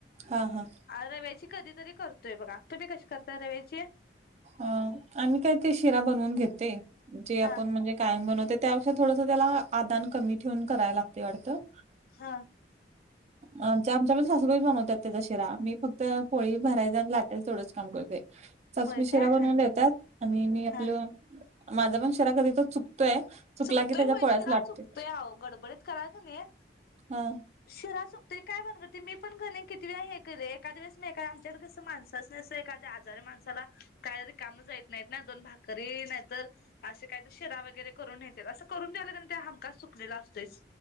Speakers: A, on the right; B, on the left.
A: हा हा
B: रव्याची कधीतरी करतोय बघा तुम्ही कशी करताय रव्याची.
A: अ आम्ही काय ते शिरा बनवून घेते जे आपण
B: हा
A: म्हणजे. काय म्हणवते त्यापेक्ष थोडसं त्याला आदान कमी ठेवून करायला लागते वाटतं.
B: हा
A: <inaudible> आमच्या पण सासूबाई बनवतात त्याच्या शिरा मी फक्त पोळी भरायचा आणि लाटायच तेवढंच काम करतोय. सासुबाई
B: होय
A: शिरा
B: काय
A: बनवून
B: हा
A: देतात आणि मी आपलं
B: हा
A: माझा पण शिरा कधी तर चुकतोय. चुकला
B: चुकतोय
A: की त्याच्या
B: होय
A: पोळ्याच
B: शिरा
A: लाटते
B: चुकतोय अहो गडबडीत कराल का नाही.
A: हा
B: शिरा चुकतोय काय भानगड ती मी पण कणी किती वेळा हे केलय एकाद्या वेळेस मी आमचाकडे कसं माणस. तसं कस एखाद्या आजारी माणसाला काय रिकाम जाईत नाहीत ना दोन भाकरी नाहीतर. असे काही तर शिरा वगैरे करून नेतेत असं करून द्यायलं कणी हमखास चुकलेला असतय.